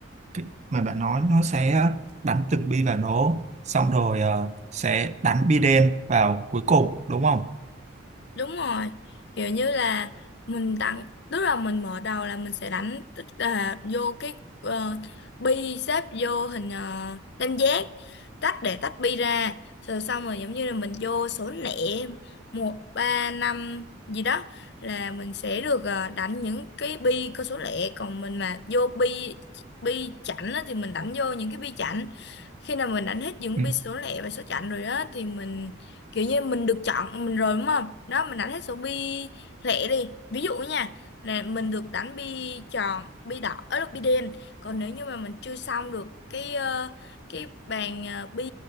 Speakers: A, on the right (about 35°); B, on the left (about 55°).
A: cái, mà bạn nói nó sẽ đánh từng bi vào nổ xong rồi ờ, sẽ đánh bi đen vào cuối cùng đúng không?
B: Đúng rồi, kiểu như là mình tặng, tức là mình mở đầu là mình sẽ đánh tức là vô cái ờ, bi xếp vô hình ờ, tam giác, tách để tách bi ra, rồi xong rồi giống như là mình vô số lẻ một ba năm gì đó là mình sẽ được ờ, đánh những cái bi có số lẻ, còn mình mà vô bi bi chẵn á thì mình đánh vô những cái bi chẵn. Khi nào mình đánh hết những
A: Ừ.
B: bi số lẻ và số chẵn rồi á thì mình kiểu như mình được chọn mình rồi đúng không đó mình đánh hết số bi lẻ đi ví dụ nha là mình được đánh bi tròn bi đỏ ấy là bi đen còn nếu như mà mình chưa xong được cái ờ, cái bàn ờ, bi